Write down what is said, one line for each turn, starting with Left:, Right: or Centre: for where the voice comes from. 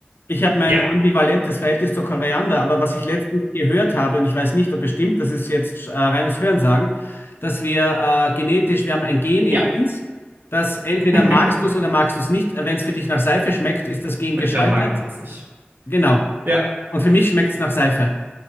Left: Ich habe mein
Right: Ja,
Left: ambivalentes Verhältnis zu Koriander, aber was ich letztens gehört habe, und ich weiß nicht, ob es stimmt, das ist jetzt äh, reines Hörensagen, dass wir äh, genetisch, wir haben ein Gen
Right: ja.
Left: in uns, das entweder
Right: <laughs>
Left: magst du es oder magst du es nicht. Wenn es für dich nach Seife schmeckt, ist das Gen geschaltet.
Right: Dann mag man es nicht.
Left: Genau.
Right: Ja.
Left: Und für mich schmeckt es nach Seife.